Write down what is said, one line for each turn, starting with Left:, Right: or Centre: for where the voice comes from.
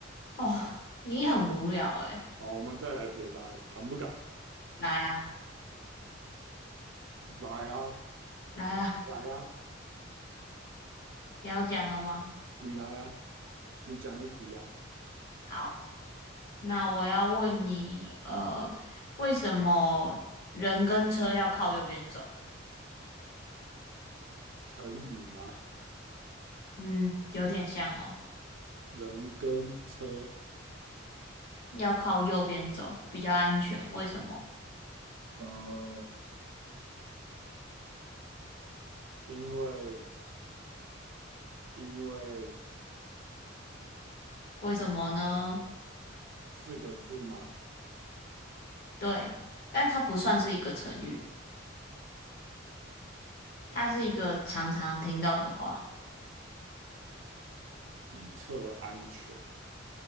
Left: 哦，你很无聊诶、
Right: 好，我们再来别的啊，敢不敢？
Left: 来啊，
Right: 来啊，
Left: 来啊，
Right: 来啊，
Left: 你要讲了吗？
Right: 你来啊，你讲一题啊。
Left: 好。那我要问你，呃，为什么人跟车要靠右边走？
Right: 成语吗？
Left: 嗯，有点像哦，
Right: 人跟车，
Left: 要靠右边走比较安全。为什么？
Right: 呃，因为因为
Left: 为什么呢？
Right: 四个字嘛，
Left: 对，但它不算是一个成语，它是一个常常听到的话，
Right: 以策安全。